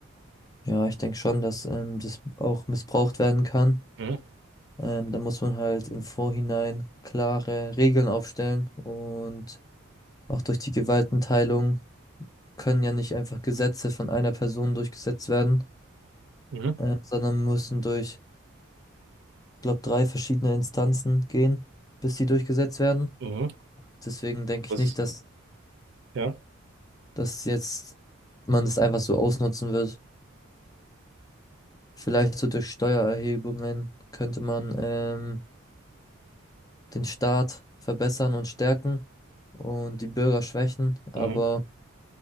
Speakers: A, on the left; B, on the right.
A: ja, ich denke schon, dass ähm, das auch missbraucht werden kann.
B: Mhm.
A: Ähm, da muss man halt im Vorhinein klare Regeln aufstellen und auch durch die Gewaltenteilung können ja nicht einfach Gesetze von einer Person durchgesetzt werden,
B: Mhm.
A: äh, sondern müssen durch, glaube, drei verschiedene Instanzen gehen, bis die durchgesetzt werden.
B: Mhm.
A: Deswegen denke
B: Was?
A: ich nicht, dass
B: Ja.
A: dass jetzt man das einfach so ausnutzen wird. Vielleicht so durch Steuererhebungen könnte man ähm, den Staat verbessern und stärken und die Bürger schwächen. Aber
B: Mhm.